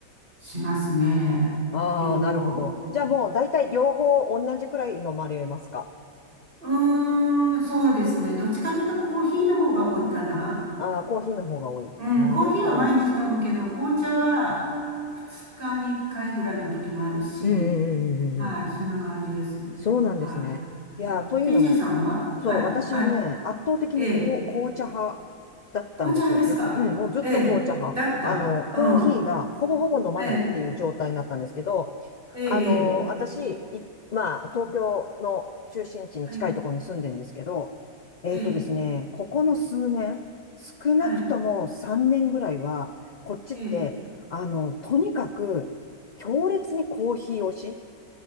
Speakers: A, on the right; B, on the left.
A: しますね。
B: ああ、
A: 両方。
B: なるほど。じゃあもう大体両方同じくらい飲まれますか
A: うーん、そうですね。どっちかというとコーヒーの方が多いかな。
B: ああー、コーヒーの方が多い。
A: うん、
B: なるほど。
A: コーヒーは毎日飲むけど、紅茶は2日に1回ぐらいの時もあるし、
B: うんうんうんうんうんうん。
A: はい、そんな感じです。
B: そうなんですね。
A: はい。
B: いやというのも、
A: え、TJ さんははい。
B: そう、私はね、
A: あ、
B: 圧倒的にこう紅茶派
A: ええ、
B: だったんですよ、
A: 紅茶派ですかええ、
B: ずっと。うん、もうずっと紅茶派。
A: だった。
B: あの、コーヒーがほぼほぼ飲まないっていう状態になったんですけど、
A: うん。ええ、ええ、
B: あの、
A: ええ、
B: 私、いまあ、東京の中心地に近いところに住んでるんですけど、
A: はい、
B: えっとですね、
A: ええ、
B: ここの数年、少なくとも3年ぐらいは、
A: はい、
B: こっちって、
A: ええ、
B: あの、とにかく強烈にコーヒー推し。